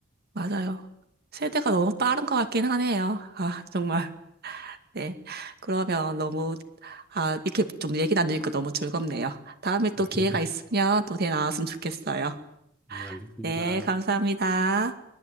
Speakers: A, on the right (about 50°); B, in the centre.
A: 맞아요. 세대가 너무 빠른 것 같긴 하네요. 아, 정말. 네. 그러면 너무, 아, 이렇게 좀 얘기 나누니까 너무 즐겁네요. 다음에 또
B: <laughs>
A: 기회가 있으면 또 대 나왔으면 좋겠어요.
B: 네, 알겠습니다.
A: 네, 감사합니다.